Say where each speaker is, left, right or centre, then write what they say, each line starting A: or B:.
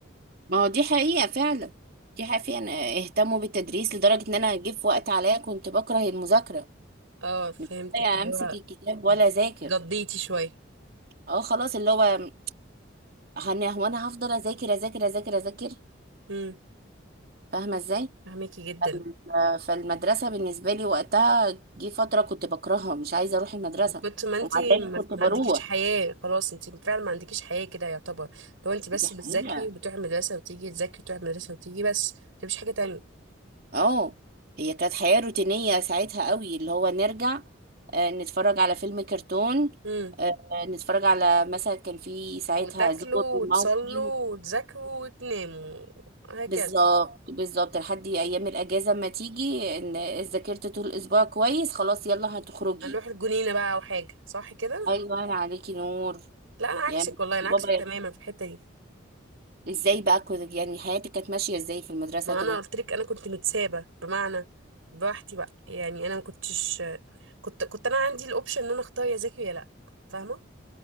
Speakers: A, on the right (about 50°); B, on the right (about 85°).
A: ما هو دي حقيقة فعلا دي حقيقة أنا اهتموا بالتدريس لدرجة إن أنا جه في وقت عليا كنت بكره المذاكرة
B: اه فهمتك
A: مش لاقية
B: اللي
A: أمسك
B: هو
A: الكتاب ولا أذاكر
B: جضيتي شويه
A: اه خلاص اللي هو هن- هو أنا هفضل أذاكر أذاكر أذاكر أذاكر
B: امم
A: فاهمة إزاي؟
B: فهميكي جدا
A: ف- فالمدرسة بالنسبة لي وقتها جه فترة كنت بكرهها مش عايزة أروح المدرسة
B: كنت ما انت
A: ومع ذلك
B: ما
A: كنت
B: ما
A: بروح
B: عندكيش حياه خلاص انت فعلا ما عندكيش حياه كده يعتبر لو انت بس
A: دي
B: بتذاكري
A: حقيقة
B: وبتروحي المدرسه وتيجي تذاكري وتروحي المدرسه وتيجي بس انت مفيش حاجه تانية
A: اه هي كانت حياة روتينية ساعتها قوي اللي هو نرجع آه، نتفرج على فيلم كرتون
B: امم.
A: آه، نتفرج على مثلا كان في ساعتها
B: وتاكلوا
A: زور وماوكي
B: وتصلوا وتذاكروا وتناموا هكذا
A: بالظبط بالظبط لحد ايام الاجازة ما تيجي ان ذاكرت طول الاسبوع كويس خلاص يلا هتخرجي
B: هنروح الجنينة بقى أو حاجة صح كده؟
A: ايوه انا عليكي نور
B: لا أنا عكسك
A: يا
B: والله أنا
A: بابا
B: عكسك
A: يا-
B: تماما
A: أخي.
B: في الحتة دي
A: ازاي بقى كنت يعني حياتك كانت ماشية ازاي في المدرسة
B: ما
A: كده
B: أنا قلت لك أنا كنت متسابة بمعنى براحتي بقى يعني أنا ما كنتش كنت كنت أنا عندي الأوبشن إن أنا أختار يا ذاكر يا لأ فاهمة؟